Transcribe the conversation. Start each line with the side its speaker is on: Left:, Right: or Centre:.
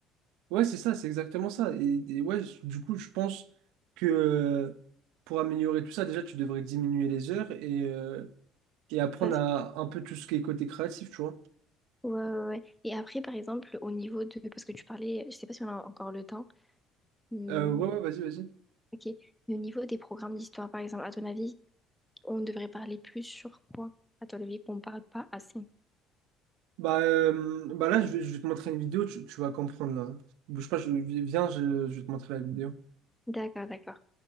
Right: ouais, c'est ça, c'est exactement ça. Et, et ouais, je- du coup, je pense que euh, pour améliorer tout ça, déjà, tu devrais diminuer les heures et, euh, et apprendre
Centre: ça. c'est-
Right: à un peu tout ce qui est côté créatif, tu vois.
Centre: Ouais, ouais, ouais. ouais. Et après, par exemple, au niveau de, parce que tu parlais, je sais pas si on a encore le temps. Hmm,
Right: Euh, ouais, ouais, vas-y, vas-y.
Centre: ok. Mais au niveau des programmes d'histoire, par exemple, à ton avis, on devrait parler plus sur quoi? À ton avis, qu'on parle pas assez.
Right: Bah, euh, bah là, je vais, je vais te montrer une vidéo, tu, tu vas comprendre là. Bouge pas, je, viens, je, je vais te montrer la vidéo.
Centre: D'accord, d'accord.